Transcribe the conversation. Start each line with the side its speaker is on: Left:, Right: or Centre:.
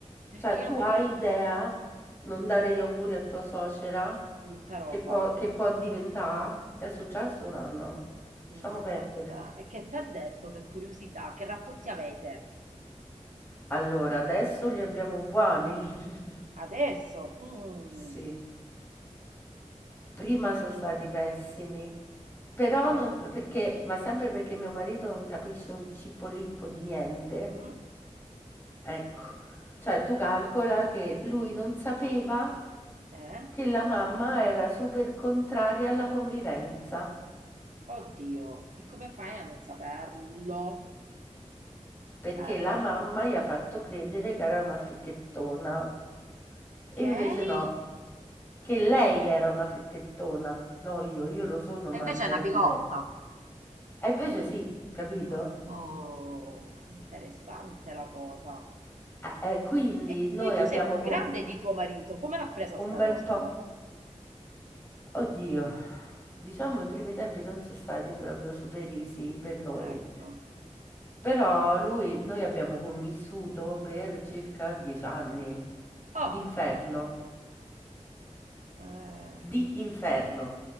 Right: perché
Left: Cioè,
Right: io
Left: tu
Right: me
Left: hai
Right: li ricordo.
Left: idea, non dare gli auguri a tua suocera,
Right: Brutta roba.
Left: che può, che può diventare? È successo un anno. Lasciamo
Right: No,
Left: perdere.
Right: vabbè. E che ti ha detto per curiosità? Che rapporti avete?
Left: Allora, adesso li abbiamo buoni. <laughs>
Right: Adesso? Mm.
Left: Sì. Prima sono stati pessimi. Però
Right: Ah.
Left: non, perché, ma sempre perché mio marito non capisce un cipolippo di niente.
Right: Mm.
Left: Ecco. Cioè, tu calcola che lui non sapeva
Right: Eh?
Left: che la mamma era super contraria alla convivenza,
Right: Oddio, e come fai a non saperlo?
Left: perché
Right: Cioè,
Left: la mamma gli ha fatto credere che era una fricchettona. E
Right: che
Left: invece
Right: eri?
Left: no, che lei era una fricchettona, no io, io lo sono,
Right: E
Left: ma
Right: invece
Left: non
Right: è una
Left: è
Right: bigotta.
Left: diverso. E invece sì, capito?
Right: Oh, interessante la cosa.
Left: Eh, eh, quindi
Right: E
Left: noi
Right: poi tu
Left: abbiamo
Right: sei più grande
Left: co-
Right: di tuo marito, come l'ha presa sta
Left: un bel
Right: cosa
Left: po'.
Right: allora?
Left: Oddio, diciamo i primi tempi non sono stati proprio super easy per noi.
Right: Ecco.
Left: Però lui, noi abbiamo convissuto per circa dieci anni
Right: Oh,
Left: d'inferno,
Right: eh,
Left: di inferno.